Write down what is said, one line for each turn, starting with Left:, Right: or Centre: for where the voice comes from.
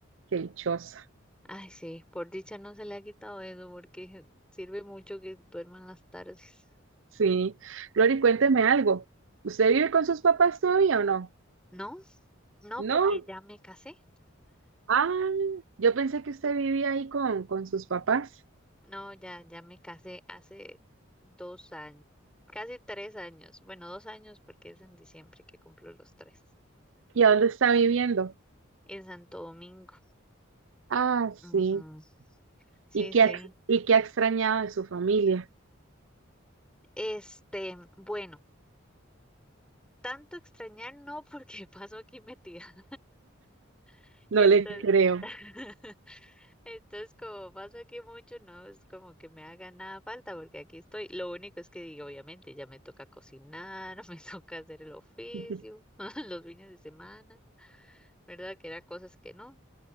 Right: Qué dichosa.
Centre: Ay, sí, por dicha no se le ha quitado eso porque <laughs> sirve mucho que duerman las tardes.
Right: Sí. Glory, cuénteme algo. ¿Usted vive con sus papás todavía o no?
Centre: No, no,
Right: No.
Centre: porque ya me casé.
Right: Ah, yo pensé que usted vivía ahí con, con sus papás.
Centre: No, ya, ya me casé hace dos años, casi tres años. Bueno, dos años porque es en diciembre que cumplo los tres.
Right: ¿Y a dónde está viviendo?
Centre: En Santo Domingo.
Right: Ah,
Centre: Ujú.
Right: sí.
Centre: Sí,
Right: ¿Y qué
Centre: sí.
Right: ha, y qué ha extrañado de su familia?
Centre: Este, bueno. Tanto extrañar no, porque <laughs> paso aquí metida. <laughs>
Right: No
Centre: Entonces,
Right: le creo.
Centre: <laughs> entonces como paso aquí mucho, no es como que me haga nada falta, porque aquí estoy. Lo único es que digo, obviamente, ya me toca cocinar, <laughs> me toca hacer el oficio,
Right: <laughs>
Centre: <laughs> los fines de semana, ¿verdad? Que eran cosas que no,